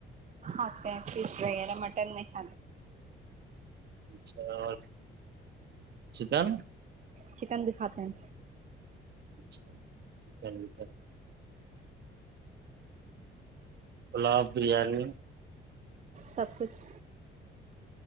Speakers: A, on the right (about 35°); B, on the right (about 60°).
A: اک فش وغیرہ مٹن نہیں خ
B: اچھا اور چکن
A: چکن بھی کھاتے ہیں
B: چ چنڈیتر گلاب بریانی
A: سب کچھ